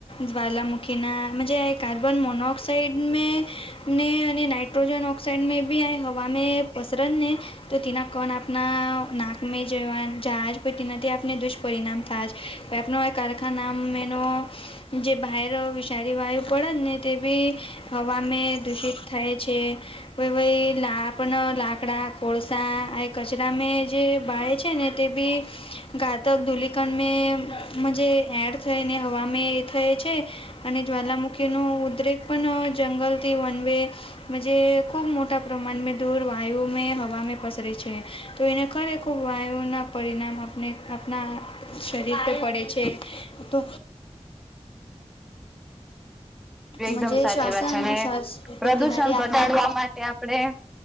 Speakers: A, on the left (about 50°); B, in the centre.
A: જવાલા મુુખીના મજ આ કાર્બન મોનોક્સાઈઇડ મે ને અને નાઇટ્રોજન ઓક્સાઈડ મે બી આ હવા મે પસરત ને તો તેના કણ આપણા નાકમે જવા જહાજ પ તેનાથી આપણે દુષ્ પરિણામ થાય છે આપ કારખાનાનો જે બ સારી વાયુ પડે ને તે બી હવામાં દૂષિત થાય છે કોઈ ભહી લા આપણ લાકડાં કોળસા એ કચરા મે જે બાળ છે ને તે બી ઘાતક ધુલિકંડ જે એડ થઈને હવામાં એ થાય છે અને જ્વાલામુખી ન ઉદ્રેક પણ જંગલ થી વન વે જે ખુબ મો પ્રમાણમાં દૂર વાયુ મે હવામાં પસરે છે તો એના ખરેખ વાયુનાં પરિણામ આપણે આપણા શરીર પ પડે છે તો
B: એકદમ
A: મજે
B: સાચી
A: શ્વાસન
B: વાત છે અને
A: શ્વાસ પર
B: પ્રદુષણ
A: તેનાથી
B: ઘટાડવા
A: આપણે
B: માટે આપણે